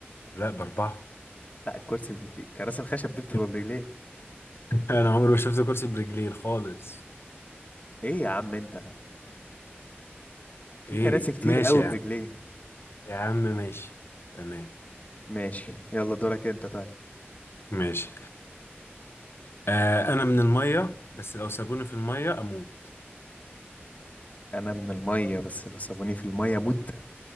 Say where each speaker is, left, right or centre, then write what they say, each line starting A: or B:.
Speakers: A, on the left (about 65°); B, on the left (about 35°).
A: لا بأربعة
B: لا الكرسي في كراسي الخشب دي بتبقى
A: <laughs>
B: برجلين
A: أنا عمري ما شفت كرسي برجلين خالص
B: ايه يا عم انت في
A: إيه
B: كراسي كتير
A: ماشي
B: قوي
A: يعني
B: برجلين
A: يا عم ماشي تمام
B: ماشي يلا دورك انت طيب
A: ماشي آه أنا من المية بس لو سابوني في المية أموت
B: انا من الميه بس لو سابوني في الميه مت